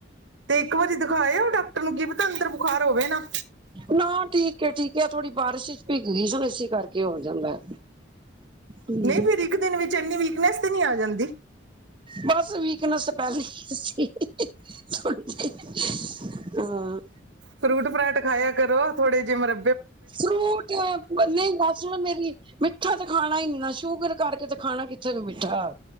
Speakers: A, on the right; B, on the right.
A: ਤੇ ਇੱਕ ਵਾਰੀ ਦਿਖਾ ਆਓ ਡਾਕਟਰ ਨੂੰ ਕੀ ਪਤਾ ਅੰਦਰ ਬੁਖਾਰ ਹੋਵੇ ਨਾ।
B: ਨਾ ਠੀਕ ਏ ਠੀਕ ਏ, ਆ ਥੋੜ੍ਹੀ ਬਾਰਿਸ਼ ਚ ਭਿੱਗ ਗਈ ਹਣ ਇਸੇ ਕਰਕੇ ਹੋ ਜਾਂਦਾ। ਹੂੰ।
A: ਨਹੀਂ ਫਿਰ ਇੱਕ ਦਿਨ ਵਿੱਚ ਇੰਨੀ ਵੀਕਨੈਸ ਤੇ ਨਹੀਂ ਆ ਜਾਂਦੀ।
B: ਬਸ ਵੀਕਨੈਸ ਪਹਿਲੀ ਹੀ ਸੀ ਅਈਈਈਈਈ ਥੇੜੀ ਜੀ ਈਈਈਈ ਹਾਂਅ
A: ਫਰੂਟ ਫਰਾਟ ਖਾਇਆ ਕਰੋ ਥੋੜੇ ਜਿਹੇ ਮੱਰ
B: ਫਰੂਟ ਆ, ਨਹੀਂ ਗਲ ਸੁਣ ਮੇਰੀ। ਮਿੱਠਾ ਤਾਂ ਖਾਣਾ ਇੰਨਾ ਸ਼ੂਗਰ ਕਰਕੇ ਤੇ ਖਾਣਾ ਕਿੱਥੇ ਵੇ ਮਿੱਠਾ।